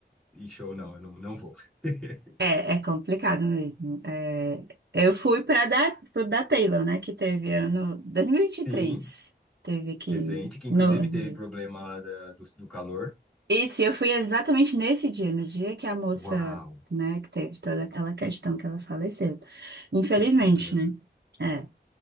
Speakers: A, in the centre; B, on the right.
A: e show, não. Eu não, não vou. <laughs>
B: É, é complicado mesmo. É, eu fui para da, pro da Taylor, né? Que teve ano dois mil e e vinte e
A: Sim,
B: três Teve aqui
A: recente, que inclusive
B: no
A: teve
B: Rio.
A: problema lá da- do, do calor.
B: E se eu fui exatamente nesse dia, no dia que a moça,
A: Uau,
B: né, que teve toda aquela questão que ela faleceu. Infelizmente,
A: que, que pena.
B: né? É.